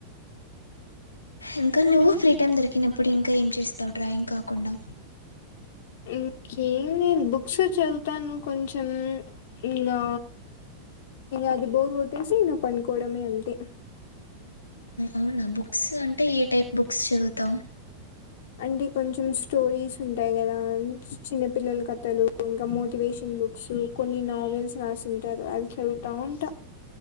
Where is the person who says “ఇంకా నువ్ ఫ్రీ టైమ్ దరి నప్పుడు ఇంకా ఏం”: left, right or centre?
Left